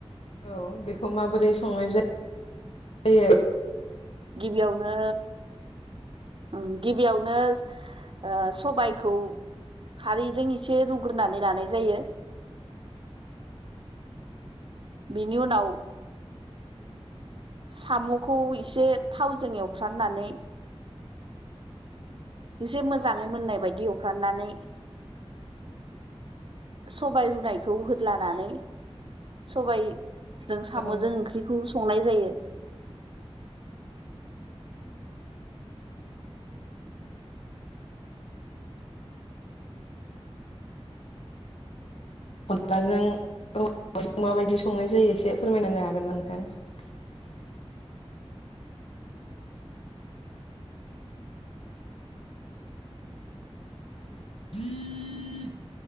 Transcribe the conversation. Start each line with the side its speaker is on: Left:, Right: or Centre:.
Left: औ बेखौ माबोरै संनाय जा यो।
Right: गिबियावनो। ओम गिबियावनो ओ सबाइखौ। खारैजों एसे रुग्रोनानै लानाय जायो।
Left: <inaudible>
Right: बिनि उनाव। साम'खौ इसे थावजों एवफ्रामनानै। इसे मोजाङै मोननाय बायदि एवफ्रानानै। सबाय रुनायखौ होदलानानै सबाय। जों साम'जों
Left: औ
Right: ओंख्रिखौ संनाय जायो।
Left: अनलाजों दाउजों माबायदि संनाय जायो एसे फोरमायना होनो हागोन ना नोंथां। <inaudible> <inaudible>